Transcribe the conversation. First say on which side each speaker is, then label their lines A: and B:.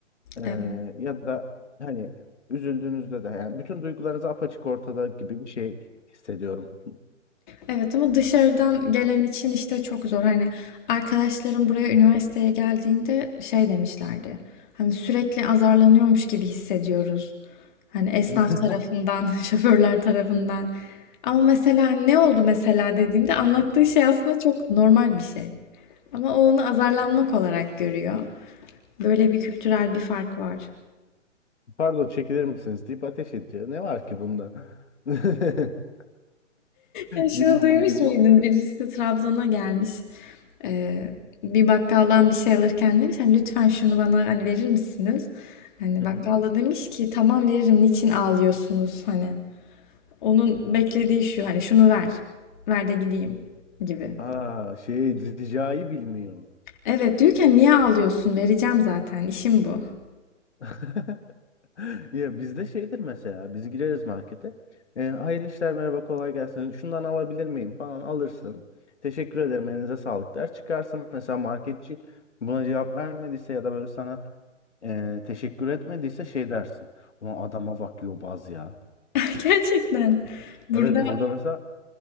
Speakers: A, on the left (about 65°); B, on the left (about 40°).
A: Ee,
B: Evet.
A: ya da hani üzüldüğünüzde de yani bütün duygularınız apaçık ortada gibi bir şey hissediyorum.
B: Evet ama dışarıdan gelen için işte çok zor. Hani arkadaşlarım buraya üniversiteye geldiğinde şey demişlerdi. Hani sürekli azarlanıyormuş gibi hissediyoruz. Hani esnaf
A: <laughs>
B: tarafından, <laughs> şoförler tarafından. Ama mesela ne oldu mesela dediğimde anlattığı şey aslında çok normal bir şey. Ama o onu azarlanmak olarak görüyor. Böyle bir kültürel bir fark var.
A: Pardon çekilir misiniz deyip ateş ediyor. Ne var ki bunda? <laughs>
B: Ya
A: Gibi
B: Şunu
A: gibi
B: duymuş
A: gibi
B: muydun?
A: şey.
B: Birisi Trabzon'a gelmiş. Ee, bir bakkaldan bir şey alırken demiş hani lütfen şunu bana hani verir misiniz? Hani
A: Hı
B: bakkal
A: hı.
B: da demiş ki tamam veririm niçin ağlıyorsunuz hani. Onun beklediği şu hani şunu ver. Ver de gideyim gibi.
A: Aa şey ricayı bilmiyor.
B: Evet diyorken niye ağlıyorsun? Vereceğim zaten. işim bu.
A: <laughs> Ya bizde şeydir mesela biz gireriz markete. E, hayırlı işler merhaba kolay gelsin. Şundan alabilir miyim falan alırsın. Teşekkür ederim elinize sağlık der. Çıkarsın mesela marketçi buna cevap vermediyse ya da böyle sana e, teşekkür etmediyse şey dersin. Ulan adama bak yobaz ya.
B: <laughs> Gerçekten. Burada
A: Evet burada mesela